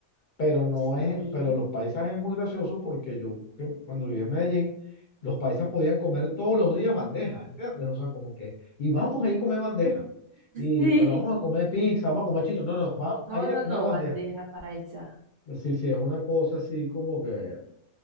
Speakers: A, on the left; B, on the right.
A: pero no
B: sí.
A: es, pero los paisas es muy gracioso porque yo que cuando viví en Medellín, los paisas podían comer todos los días bandeja, ¿entiendes? O sea, como que, y vamos a ir a comer bandeja, y,
B: Sí.
A: pero vamos a comer pizza, vamos a comer chino, no, no, no, vamos a
B: No,
A: ir a
B: no,
A: comer
B: no,
A: bandeja.
B: bandeja paisa.
A: Sí, sí, es una cosa así como que,